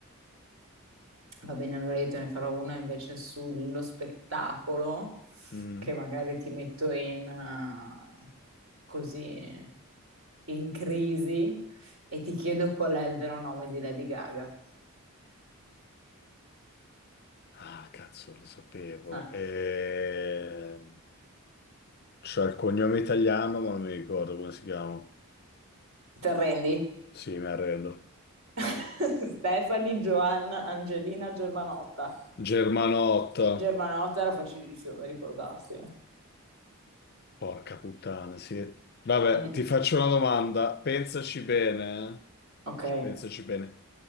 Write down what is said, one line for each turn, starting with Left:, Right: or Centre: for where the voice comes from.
Right: Va bene, allora io te ne farò una invece sullo spettacolo,
Left: Mm.
Right: che magari ti metto in, eh, così in crisi e ti chiedo qual è il vero nome di Lady Gaga.
Left: Ah, cazzo, lo sapevo.
Right: Eh,
Left: E... C'è il cognome italiano, ma non mi ricordo come si chiama.
Right: ti arrendi?
Left: Sì, mi arrendo.
Right: <laughs> Stephanie Joanna Angelina Germanotta.
Left: Germanotta.
Right: Germanotta era facilissimo da ricordarsi. eh.
Left: Porca puttana, sì. Vabbè,
Right: Mm,
Left: ti faccio una domanda. Pensaci bene,
Right: ok.
Left: eh? Pensaci bene.